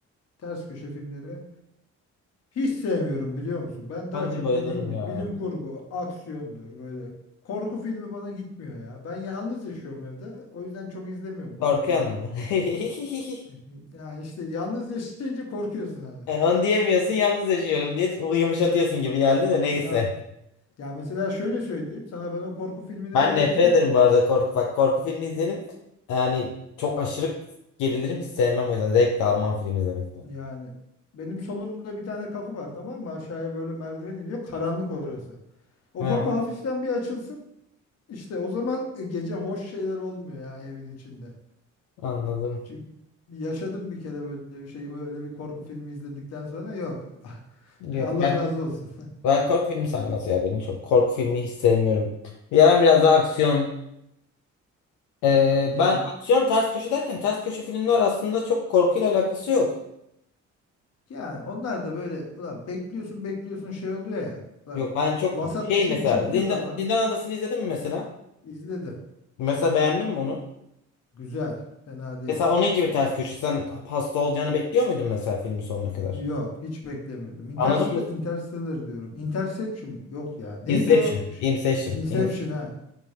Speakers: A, on the left; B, on the left.
A: Ters köşe filmleri. Hiç sevmiyorum biliyor musun? Ben daha
B: Ben
A: çok
B: de bayılırım
A: dediğim gibi
B: ya.
A: bilim kurgu, aksiyondur böyle. Korku filmi bana gitmiyor ya. Ben yalnız yaşıyorum evde. O yüzden çok izlemiyorum korku
B: Korkuyor
A: filmi.
B: mu? <laughs>
A: <laughs> Ya işte yalnız yaşayınca korkuyorsun abi.
B: E, Onu diyemiyorsun yalnız yaşıyorum diye o yumuşatıyorsun gibi geldi de neyse.
A: Ya ya mesela şöyle söyleyeyim sana ben o korku filmini
B: Ben
A: burada
B: nefret
A: izlerim.
B: ederim bu arada korku. Bak korku filmi izlerim. Yani çok aşırı gerilirim hiç sevmem o yüzden zevk de almam film izlemekten.
A: Yani benim solumda bir tane kapı var tamam mı? Aşağıya böyle merdiven iniyor. Karanlık orası. O
B: Hı,
A: kapı hafiften bir açılsın. işte o zaman gece hoş şeyler olmuyor ya evin içinde.
B: anladım.
A: Çünkü yaşadım bir kere böyle bir şey. Öyle bir korku filmi izledikten sonra yok. <laughs>
B: Yok
A: Allah
B: ben
A: razı olsun. <laughs>
B: ben korku filmi sarmaz ya beni çok. Korku filmi hiç sevmiyorum. Ya ben biraz daha aksiyon. E,
A: Yani
B: ben aksiyon ters köşe derken ters köşe filmler aslında çok korkuyla alakası yok.
A: yani onlar da böyle ulan bekliyorsun bekliyorsun şey oluyor ya. Ulan
B: Yok ben çok
A: vasat
B: şey
A: bir şey
B: mesela
A: çıktığı
B: Zindan,
A: zaman
B: Zindan Adası'nı izledin mi mesela?
A: izledim.
B: Mesela beğendin mi onu?
A: Güzel. Fena değil.
B: Mesela onun gibi ters köşe. Sen hasta olacağını bekliyor muydun mesela filmin sonuna kadar?
A: Yok. Hiç beklemiyordum. Interst
B: Anladın mı?
A: Interstellar diyorum. Interception. Yok ya. Neydi
B: Inception.
A: o? Ş-
B: Inception.
A: Inception
B: In-
A: ha.